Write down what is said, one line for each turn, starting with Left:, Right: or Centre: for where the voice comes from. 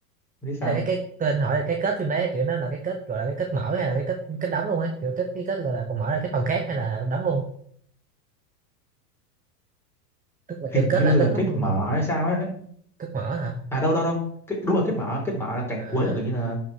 Centre: Em biết sao
Right: Ý là cái cái tên hỏi là cái kết phim đấy kiểu nó là cái kết gọi là cái kết mở hay là cái kết kết đóng luôn ấy kiểu kết cái kết gọi là còn mở ra cái phòng khác hay là đóng luôn tức là
Centre: hình
Right: kiểu kết
Centre: như
Right: là kết
Centre: là
Right: thúc
Centre: kết
Right: luôn
Centre: mở hay sao ấy
Right: kết mở hả
Centre: à đâu đâu đâu cái, đúng là kết mở kết mở là cảnh
Right: à
Centre: cuối là kiểu như là